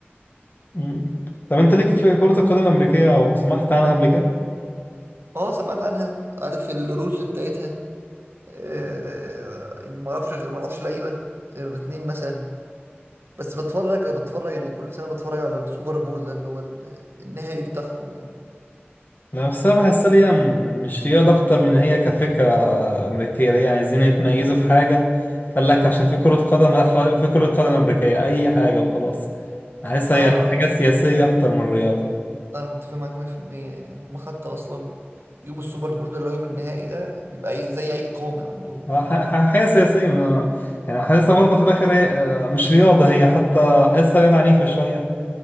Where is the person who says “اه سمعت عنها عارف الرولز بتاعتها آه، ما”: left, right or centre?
Right